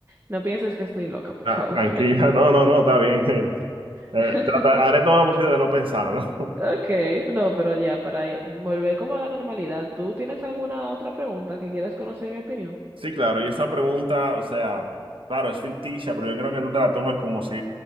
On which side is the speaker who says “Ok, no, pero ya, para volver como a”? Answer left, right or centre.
Right